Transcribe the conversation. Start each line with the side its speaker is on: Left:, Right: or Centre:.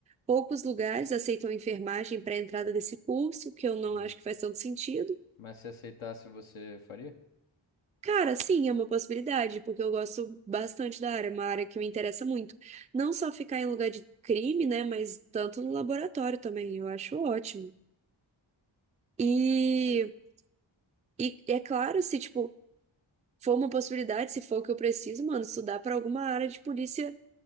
Right: poucos lugares aceitam enfermagem para a entrada desse curso, que eu não
Left: Hum.
Right: acho que faz tanto sentido.
Left: Mas se aceitasse, você faria?
Right: Cara, sim, é uma possibilidade, porque eu gosto bastante da área, é uma área que me interessa muito. Não só ficar em lugar de crime, né, mas tanto no laboratório também, eu acho ótimo. E, e é claro, se, tipo, for uma possibilidade, se for o que eu preciso, mano, estudar para alguma área de polícia.